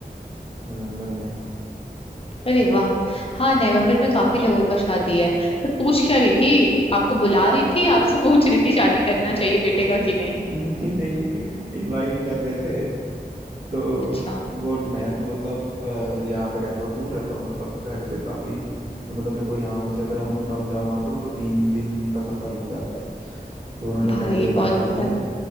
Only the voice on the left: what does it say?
अरे वाह हाँ नवंबर में काफी लोगों का शादी है बट पूछ क्या रही थी आपको बुला रही थी आपसे पूछ रही थी शादी करना चाहिए बेटे
का कि नहीं
अच्छा
हम्म।
भाई
बहुत
बढ़िया